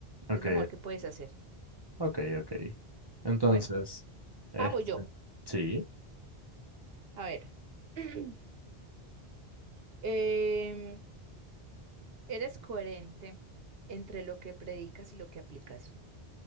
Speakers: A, on the right (about 25°); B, on the right (about 65°).
A: Ok,
B: Es lo mejor que puedes hacer.
A: ok, ok. Entonces,
B: Bueno,
A: este,
B: ah, voy yo.
A: sí,
B: A ver. <clears throat> Em, eres coherente entre lo que predicas y lo que aplicas.